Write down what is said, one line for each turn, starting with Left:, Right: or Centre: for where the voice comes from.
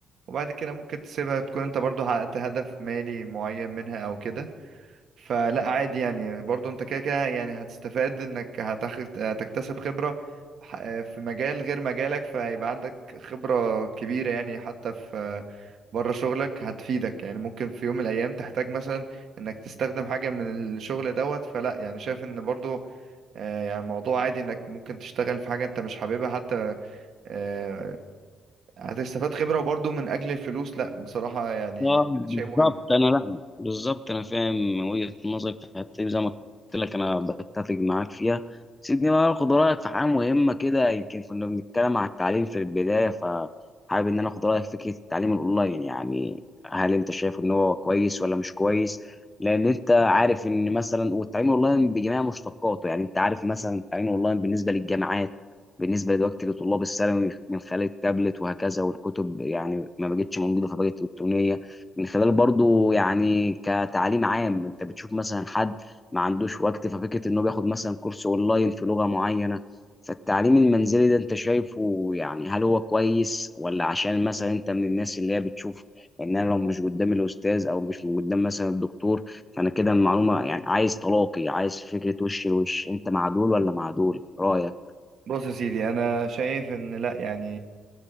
Right: وبعد كده ممكن تسيبها تكون انت برضو حققت هدف مالي معين منها او كده فلا عادي يعني برضو انت كده كده يعني هتستفاد انك هتاخد تكتسب خبرة ح- في مجال غير مجالك فهيبقى عندك خبرة كبيرة يعني حتى في بره شغلك هتفيدك يعني ممكن في يوم من الايام تحتاج مثلا انك تستخدم حاجة من الشغل دوت فلا يعني شايف ان برضو آه، يعني الموضوع عادي انك ممكن تشتغل في حاجة انت مش حاببها حتى آه، هتستفاد خبرة وبرضو من اجل الفلوس لا بصراحة يعني
Left: اه بالظبط
Right: شيء مهم
Left: انا لا بالظبط انا فاهم وجهه نظرك في الحته دي زي ما قلت لك انا بتفق معاك فيها سيبني بقى اخد رايك في حاجه مهمه كده يمكن كنا بنتكلم على التعليم في البدايه فحابب ان انا اخد رايك في فكره التعليم الاونلاين يعني هل انت شايف ان هو كويس ولا مش كويس لان انت عارف ان مثلا والتعليم الاونلاين بجميع مشتقاته يعني انت عارف مثلا التعليم الاونلاين بالنسبه للجامعات بالنسبه دلوقتي لطلاب الثانوي من خلال التابلت وهكذا والكتب يعني ما بقتش موجوده فبقت الكترونيه من خلال برضو يعني كتعليم عام انت بتشوف مثلا حد ما عندوش وقت ففكره انه بياخد مثلا كورس اونلاين في لغه معينه فالتعليم المنزلي ده انت شايفه يعني هل هو كويس ولا عشان مثلا انت من الناس اللي هي بتشوف ان انا لو مش قدام الاستاذ او مش قدام مثلا الدكتور فانا كده المعلومه يعني عايز تلاقي عايز فكره وش لوش انت مع دول ولا مع دول رايك
Right: بص يا سيدي انا شايف ان لا يعني